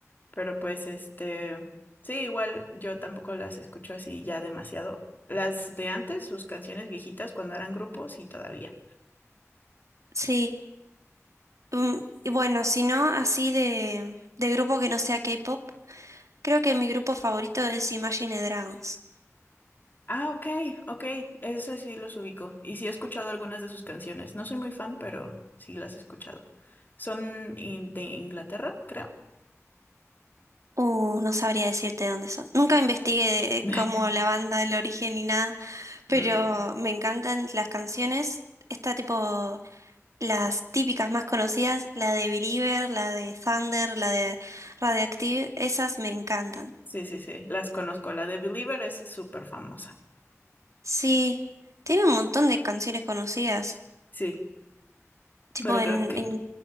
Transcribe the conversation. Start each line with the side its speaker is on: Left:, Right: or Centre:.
Left: Pero pues este, sí, igual yo tampoco las escucho así ya demasiado. Las de antes, sus canciones viejitas cuando eran grupos, sí, todavía.
Right: Sí, mm, y bueno, si no, así de, de grupo que no sea K-pop, creo que mi grupo favorito es Imagine Dragons.
Left: Ah, ok, ok, eso sí los ubico. Y sí he escuchado algunas de sus canciones. No soy muy fan, pero sí las he escuchado. Son in- de Inglaterra, creo.
Right: Uh, no sabría decirte dónde son. Nunca investigué
Left: <laughs>
Right: como la banda, el origen ni nada, pero
Left: Mm,
Right: me encantan las canciones. Está tipo Las típicas más conocidas, la de Believer, la de Thunder, la de Radioactive, esas me encantan.
Left: sí, sí, sí, las conozco. La de Believer es súper famosa.
Right: Sí, tiene un montón de canciones conocidas.
Left: Sí,
Right: Tipo
Left: pero
Right: en,
Left: creo que
Right: en,